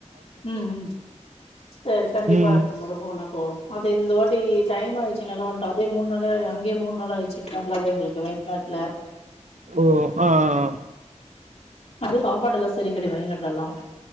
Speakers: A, on the left; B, on the right.
A: ம் ம் செரி கண்டிப்பா
B: ம்
A: அடுத்த முற போனா போறோ அது இந்த வாட்டி டைம் ஆயிச்சுன் எல்லா வந்ட்டோ அதே மூணு நாள்யே அங்கியே மூணு நாள் ஆயிச்சு கேர்ளாலே எங்ளுக்கு வயநாட்ல
B: ஓ ஆ ஆ ஆ
A: அது சாப்பாடு எல்லா செரி கெடைய வாயநாட்ல எல்லா